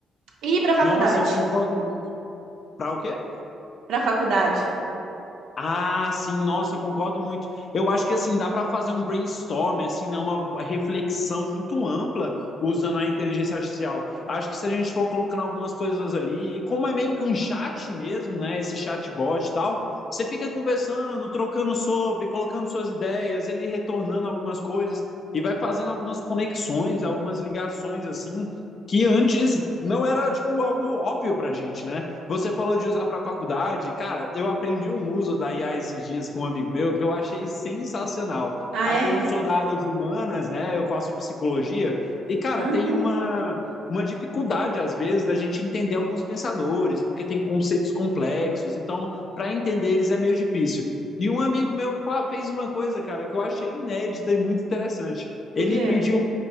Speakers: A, on the right; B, on the left.
A: E para faculdade?
B: Nossa, eu concordo muito. Para o quê?
A: Para faculdade.
B: Ah, sim, nossa, eu concordo muito. Eu acho que assim dá para fazer um brainstorm, assim, né, uma reflexão muito ampla usando a inteligência artificial. Acho que se a gente for colocando algumas coisas ali, e como é meio que um chat mesmo, né, esse chatbot e tal, você fica conversando, trocando sobre, colocando suas ideias, ele retornando algumas coisas e vai fazendo algumas conexões, algumas ligações assim, que antes não era tipo algo óbvio pra gente, né? Você falou de usar para faculdade. Cara, eu aprendi um uso da IA esses dias com um amigo meu que eu achei sensacional.
A: Ah,
B: Ah,
A: é?
B: Eu sou da área de humanas, né? Eu faço psicologia. E, cara,
A: Ah,
B: tem uma, uma dificuldade, às vezes, da gente entender alguns pensadores, porque tem conceitos complexos. Então, para entender eles é meio difícil. E um amigo meu fa- fez uma coisa, cara, que eu achei inédita e muito interessante. Ele
A: porque,
B: pediu